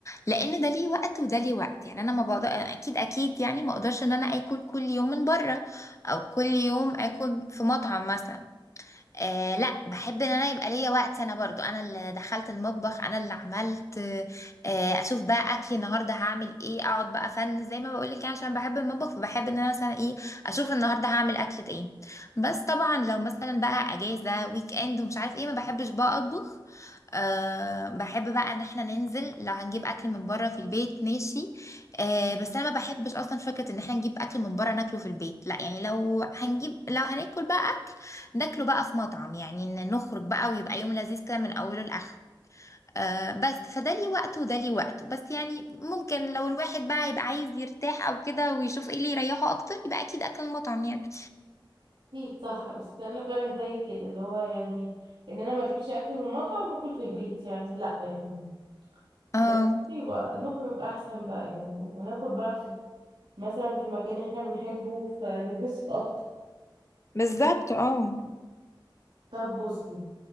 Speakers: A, on the left (about 35°); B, on the right (about 85°).
A: لان ده ليه وقت وده ليه وقت يعني انا ما بقدر اكيد اكيد يعني ما اقدرش ان انا اكل كل يوم من بره او كل يوم اكل في مطعم مثلا آه لا بحب ان انا يبقى ليا وقت انا برضو انا اللي دخلت المطبخ انا اللي عملت آه اشوف بقى اكلي النهارده هعمل ايه اقعد بقى فن زي ما بقولك يعني عشان بحب المطبخ فبحب ان انا مثلا ايه اشوف النهارده هعمل اكلة ايه بس طبعا لو مثلا بقى اجازة ويك اند ومش عارف ايه ما بحبش بقى اطبخ أه بحب بقى ان احنا ننزل لو هنجيب اكل من بره في البيت ماشي أه بس انا ما بحبش اصلا فكره ان احنا نجيب اكل من بره ناكله في البيت لا يعني لو هنجيب لو هناكل بقى ناكله بقى في مطعم يعني إن نخرج بقى ويبقى يوم لذيذ كده من أوله لآخره آه بس فده ليه وقته وده ليه وقته بس يعني ممكن لو الواحد بقى يبقى عايز يرتاح أو كده ويشوف إيه اللي يريحه أكتر يبقى أكيد أكل المطعم يعني
B: اكيد صح بس انا فعلا زي كده اللي هو يعني ان انا ما اجيبش اكل من مطعم واكل في البيت يعني لا يعني
A: اه
B: لو كده يبقى نخرج احسن بقى يعني وناكل بقى في مثلا في مكان احنا بنحبه فنتبسط اكتر
A: بالظبط اه
B: طب بصي